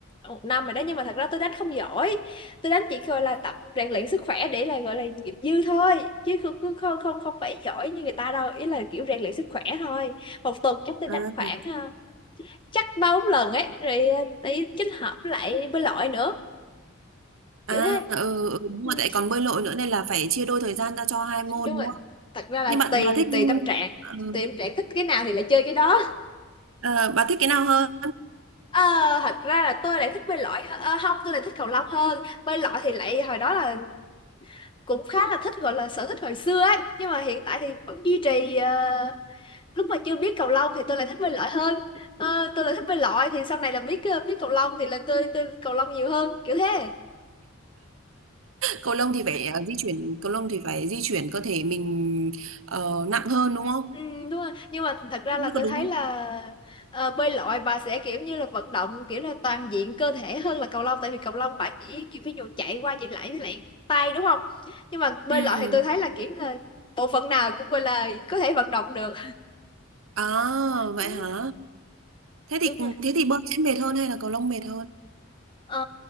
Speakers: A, on the left (about 25°); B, on the right (about 80°).
A: một năm rồi đó nhưng mà thật ra tôi đánh không giỏi tôi đánh chỉ gọi là tập rèn luyện sức khỏe để là gọi là nghiệp dư thôi chứ không không không không không phải giỏi như người ta đâu ý là kiểu rèn luyện sức khỏe thôi một tuần chắc tôi
B: à,
A: đánh khoảng ờ, chắc ba bốn lần ấy rồi ờ, tí kết hợp với lại bơi lội nữa
B: à
A: kiểu thế
B: ừ, ừ, đúng
A: ừ,
B: rồi tại còn bơi lội nữa nên là phải chia đôi thời gian ra cho hai môn
A: đúng
B: đúng
A: rồi
B: không
A: thật ra là
B: nhưng bạn
A: tùy
B: bà thích
A: tùy tâm trạng
B: ừ,
A: tùy tâm trạng thích cái nào thì lại chơi cái đó
B: ờ, bà thích cái nào hơn
A: Ờ, thật ra là tôi lại thích bơi lội h- ờ, không tôi lại thích cầu lông hơn bơi lội thì lại hồi đó là cũng khá là thích gọi là sở thích hồi xưa ấy nhưng mà hiện tại thì vẫn duy trì ờ, lúc mà chưa biết cầu lông thì tôi lại thích bơi lội hơn Ờ, tôi lại thích bơi lội thì sau này là biết ờ, biết cầu lông thì là tôi tôi cầu lông nhiều hơn kiểu thế
B: cầu lông thì phải ờ, di chuyển cầu lông thì phải di chuyển cơ thể mình ờ, nặng hơn đúng không
A: Ừ, đúng rồi. Nhưng mà thật ra
B: không
A: là
B: biết
A: tôi
B: có đúng
A: thấy
B: không
A: là ờ, bơi lội bà sẽ kiểu như là vận động kiểu là toàn diện cơ thể hơn là cầu lông tại vì cầu lông bà chỉ kiểu ví dụ chạy qua chạy lại với lại tay đúng không? Nhưng mà bơi
B: ừ
A: lội thì tôi thấy là kiểu là bộ phận nào cũng gọi là có thể vận động được.
B: à vậy
A: Ừ,
B: hả thế thì
A: đúng rồi.
B: thế thì bơi sẽ mệt hơn hay là cầu lông mệt hơn
A: Ờ,